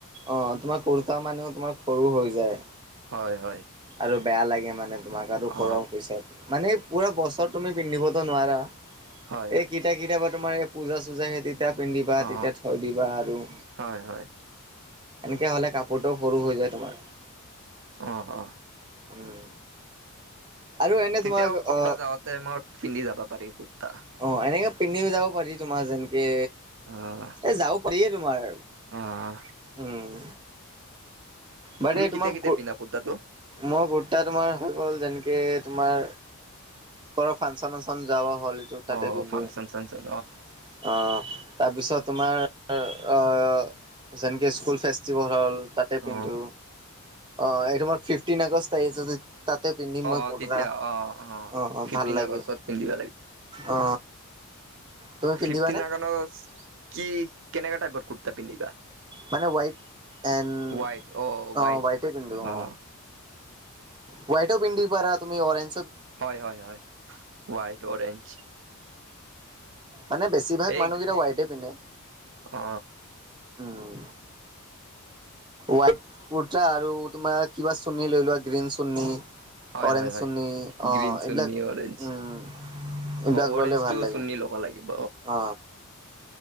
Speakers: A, on the right (about 20°); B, on the right (about 55°).
A: অ তোমাৰ কুৰ্তা মানেও তোমাৰ সৰু হৈ যায়।
B: হয় হয়
A: আৰু বেয়া লাগে মানে তোমাক আৰু
B: অ
A: সৰহ পিছত মানে পুৰা বছৰ তুমি পিন্ধিবতো নোৱাৰা
B: হয় হয়
A: এইকিত- এতিয়া কেতিয়াবা তোমাৰ এই পূজ চূজা হয় তেতিয়া পিন্ধিবা
B: অ
A: তেতিয়া থৈ দিবা আৰু।
B: হয় হয়
A: এনেকে হ'লে কাপোৰটো সৰু হৈ যায় তোমাৰ।
B: অ অহ।
A: উম আৰু এনে
B: তেতিয়াও
A: তোমাক
B: কতবা
A: অ
B: যাওঁতে মই পিন্ধি যাবা পাৰি কুৰ্তা
A: অ এনেকে পিন্ধি যাব পাৰি তোমাৰ যেনকে
B: আহ
A: এ যাব পাৰে তোমাৰ
B: আহ
A: উম ভাইটি
B: তুমি কেতিয়া
A: তোমাৰ
B: কেতিয়া
A: কো
B: পিন্ধা কুৰ্তাটো
A: মই কুৰ্তা তোমাৰ হৈ গ'ল যেনেকে তোমাৰ কৰ ফাংচন চাংচন যাব হ'লেটো তাতে
B: অ
A: পিন্ধো।
B: ফাংচন
A: অ
B: চাংচন
A: তাৰপিছত তোমাৰ অহ যেনেকে স্কুল ফেষ্টিভেল হ'ল তাত পিন্ধো, কিন্তু
B: অ
A: অ এইটো মই ফিফটিন আগষ্ট আহি আছে। তাতে পিন্ধি মই
B: অ
A: কুৰ্তা
B: তেতিয়া অ অ
A: অহ অহ
B: ফিফটিন
A: ভাল লাগে
B: আগষ্টত পিন্ধিব
A: অ তুমি পিন্ধিবানে
B: ফিফটি নাগানছ কি কেনেক টাইপৰ কুুৰ্তা পিন্ধিবা
A: মানে হোৱাইট এণ্ড
B: হোৱাইট আহ হোৱাইট
A: অ হোৱাইটে পিন্ধো
B: আহ
A: অ
B: <inaudible>
A: হোৱাইটো পিন্ধিব পাৰা তুমি অৰেজ
B: হয় হয় হয় ৱাইট অৰেঞ্জ
A: মানে বেছিভাগ
B: এই
A: মানুহকেইটা ৱাইটে পিন্ধে।
B: অ
A: উম ৱাইট কুৰ্তা আৰু তোমাৰ কিবা চোৰনী লৈ লোৱা। গ্ৰীণ চুৰ্নি
B: হয়
A: অৰেঞ্জ
B: হয় হয়
A: চুৰ্নি অ
B: গ্ৰীণ চুন্নি
A: এইবিলাক
B: অৰেঞ্জ
A: উম অ এইবিলাক
B: অৰেঞ্জটো
A: ললে ভাল লাগে,
B: চুন্নি ল'ব লাগিব
A: অ।